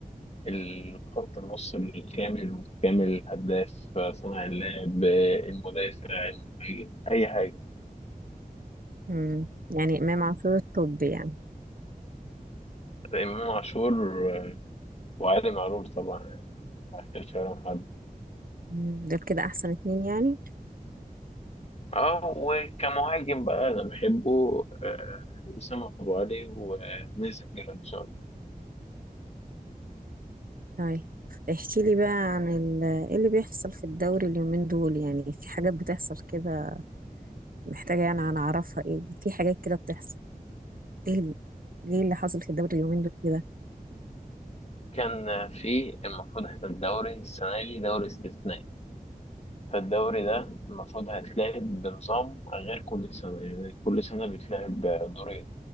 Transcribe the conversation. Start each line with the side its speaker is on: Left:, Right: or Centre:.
Left: الخط النص الكامل المتكامل الهداف صانع اللعب المدافع المهاجم أي حاجة
Right: مم. يعني إمام عاشور الطب يعني
Left: إمام عاشور آه، وعلي معلول طبعا ما يختلفش عليهم حد
Right: مم. دول كده أحسن اتنين يعني
Left: اه وكمهاجم بقى انا بحبه آه، وسام ابو علي ونزل جراديشار
Right: طيب احكي لي بقى عن ال- ايه اللي بيحصل في الدوري اليومين دول يعني في حاجات بتحصل كده محتاجة يعني أنا أعرفها ايه في حاجات كده بتحصل ايه ال- ايه اللي حصل في الدوري اليومين دول كده
Left: كان في المفروض احنا الدوري السنه دي دوري استثنائي فالدوري ده المفروض هيتلعب بنظام غير كل سنه يعني كل سنه بيتلعب بدورين